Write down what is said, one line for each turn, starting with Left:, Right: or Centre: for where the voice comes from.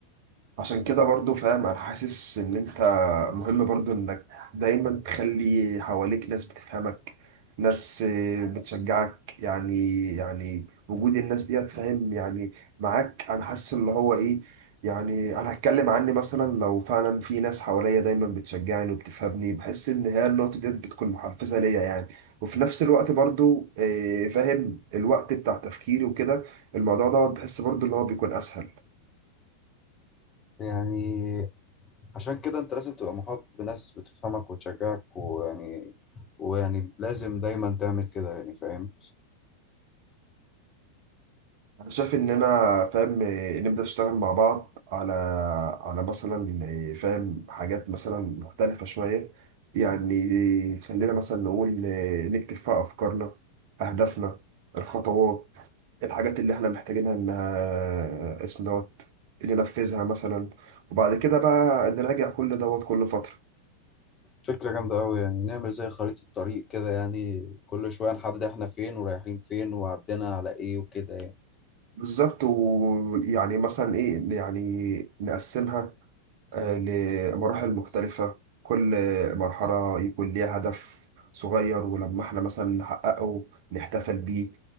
Right: عشان كده برضو فاهم انا حاسس ان انت مهم برضو انك دايما تخلي حواليك ناس بتفهمك ناس آه، بتشجعك يعني يعني وجود الناس دي فاهم يعني معاك انا حاسس اللي هو ايه يعني انا هتكلم عني مثلا لو فعلا في ناس حواليا دايما بتشجعني وبتفهمني بحس ان هي النقطة دي بتكون محفزة ليا يعني وفي نفس الوقت برضو آه، فاهم الوقت بتاع تفكيري وكده الموضوع دوت بحس برضو اللي هو بيكون اسهل
Left: يعني عشان كده انت لازم تبقى محاط بناس بتفهمك وتشجعك ويعني ويعني لازم دايما تعمل كده يعني فاهم
Right: انا شايف ان انا فاهم إيه، نبدا نشتغل مع بعض على على مثلا إيه، فاهم حاجات مثلا مختلفه شويه يعني خلينا مثلا نقول إيه، نكتب فيها افكارنا اهدافنا الخطوات الحاجات اللي احنا محتاجينها انها اسم دوت ننفذها مثلا وبعد كده بقى نراجع كل دوت كل فتره
Left: فكرة جامدة أوي يعني نعمل زي خريطة طريق كده يعني كل شوية نحدد إحنا فين ورايحين فين وعدينا على إيه وكده يعني
Right: بالظبط ويعني مثلا ايه يعني نقسمها آه، لمراحل مختلفة كل مرحلة يكون ليها هدف صغير ولما احنا مثلا نحققه نحتفل بيه